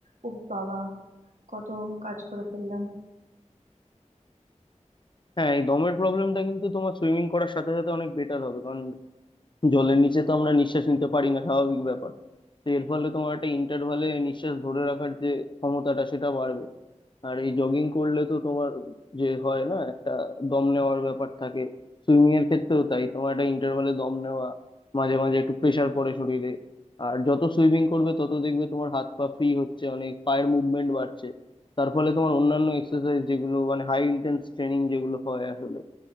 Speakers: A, on the right; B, on the left.
A: ওহ বাবা কত কাজ করে ফেললাম
B: হ্যাঁ এই দমের প্রবলেমটা কিন্তু তোমার সুইমিং করার সাথে সাথে অনেক বেটার হবে কারণ জলের নিচে তো আমরা নিঃশ্বাস নিতে পারি না স্বাভাবিক ব্যাপার তো এর ফলে তোমার একটা ইন্টারভালে নিঃশ্বাস ধরে রাখার যে ক্ষমতাটা সেটা বাড়বে আর এই জগিং করলে তো তোমার যে হয় না একটা দম নেওয়ার ব্যাপার থাকে সুইমিং এর ক্ষেত্রেও তাই তোমার একটা ইন্টারভালে দম নেওয়া মাঝে মাঝে একটু প্রেসার পড়ে শরীরে আর যত সুইমিং করবে তত দেখবে তোমার হাত পা ফ্রি হচ্ছে অনেক পায়ের মুভমেন্ট বাড়ছে তার ফলে তোমার অন্যান্য এক্সারসাইজ যেগুলো মানে হাই ইন্টেন্স ট্রেনিং যেগুলো হয় আসলে